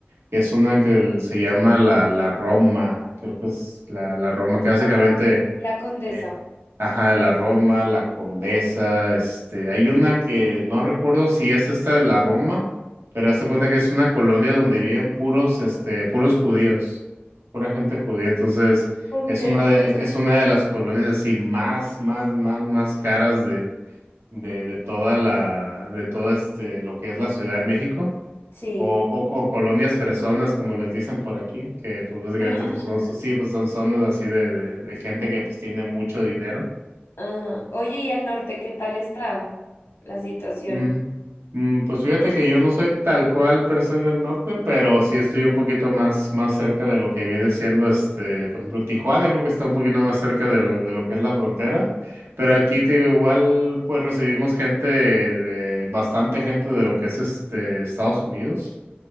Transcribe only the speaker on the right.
que es una que el- se llama la, la Roma, creo que es la, la Roma, que básicamente
Bien. Ajá, la Roma, la Condesa, este, hay una que no recuerdo si es esta de la Roma, pero hazte cuenta que es una colonia donde viven puros, este, puros judíos, pura gente judía, entonces
es una de, es es una de las colonias así más, más, más, más caras de, de, de toda la, de todo este, lo que es la Ciudad de México.
O, o, o colonias fresonas, como les dicen por aquí, que pues básicamente
pues son, sí, pues son zonas así de, de, de gente que pues tiene mucho dinero.
Ujú. Mm, pues fíjate que yo no soy tal cual per se del norte, pero sí estoy un poquito más, más cerca de lo que viene siendo este, por ejemplo, Tijuana creo que está un poquito más cerca de lo, de lo que es la frontera, pero aquí te digo, igual pues recibimos gente de, bastante gente de lo que es este Estados Unidos.